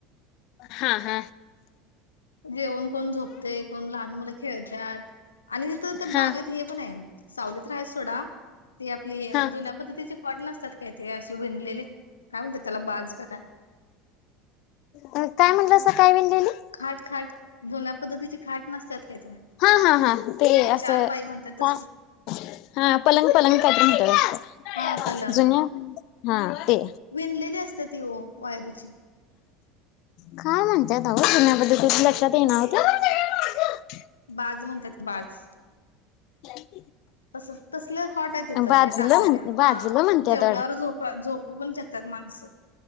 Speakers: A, on the left (about 55°); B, on the left (about 80°).
A: हा हा.
B: जेवण कोण झोपते कोण लहान मुलं खेळतात. आणि तिथं तर
A: हा
B: बागेत हे पण आहे, सावलीत रा आहे सोडा ते. आपली
A: हा
B: जुन्या पद्धतीची फॉट नसतात काय, ते असे भणलेले काय म्हणतात त्याला बाज का काय.
A: काय म्हटलं अस काय विनलेली.
B: खाट खाट जुन्या पद्धतीची खाट नसतात काय, ते
A: हा हा हा ते असं
B: चार पायी म्हणतात तसले.
A: का हा पलंग पलंग काहीतरी म्हणतात
B: हा पलांग.
A: जुन्या हा. ते
B: विणलेली असत ती ओ. वायरीची
A: काय म्हणतय. हो पुु्या बद्दल तुझ लक्षात देणार होत <unintelligible>
B: बाज म्हणतात बाज.
A: ह <unintelligible>
B: तसच तसले खॉट आहेत तिथं
A: बाजलं
B: म्हणजे टाकलेल्या
A: म्हण बाजलं
B: हा
A: म्हणत्यात
B: जेवल्यावर झोपं झोपू पण शकतात माणसं.